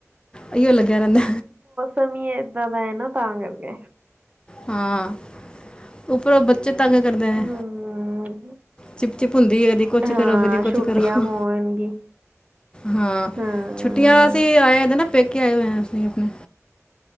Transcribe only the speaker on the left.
ਅਈਓ ਲੱਗਿਆ ਰਹਿੰਦਾ।
ਹਾਂ, ਉੱਪਰੋਂ ਬੱਚੇ ਤੰਗ ਕਰਦੇ ਨੇ।
ਚਿਪ-ਚਿਪ ਹੁੰਦੀ ਏ, ਕਦੀ ਕੁਛ
ਕਰੋ, ਕਦੀ ਕੁਛ
ਕਰੋ।
ਹਾਂ,
ਛੁੱਟੀਆਂ ਅਸੀ ਆਏਦੇ ਨਾ ਪੇਕੇ ਆਏ ਹੋਏ ਅਸੀ ਅਪਣੇ।